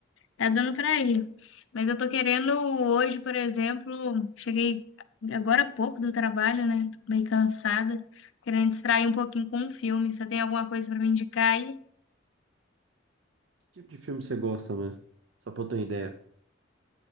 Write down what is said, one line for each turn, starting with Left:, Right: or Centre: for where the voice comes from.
Left: tá dando pra ir. Mas eu tô querendo hoje, por exemplo, cheguei agora há pouco do trabalho, né, tô meio cansada, querendo distrair um pouquinho com um filme. Você tem alguma coisa pra me indicar aí?
Right: Que tipo de filme você gosta mesmo? Só pra eu ter uma ideia.